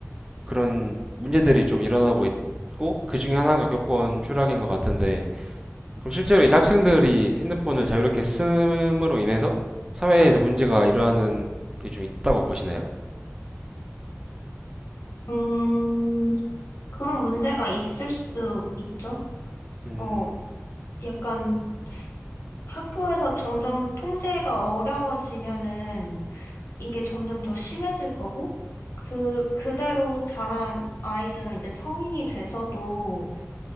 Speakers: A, on the right; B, on the left.
A: 그런 문제들이 좀 일어나고 있고 그 중에 하나가 교권 추락인 것 같은데 그럼 실제로 이제 학생들이 핸드폰을 자유롭게 쓰므로 인해서 사회에서 문제가 일어나는 게 좀 있다고 보시나요?
B: 음, 그런 문제가 있을 수 있죠?
A: 음,
B: 어, 약간, 학교에서 점점 통제가 어려워지면은 이게 점점 더 심해질 거고, 그, 그대로 자란 아이들은 이제 성인이 돼서도,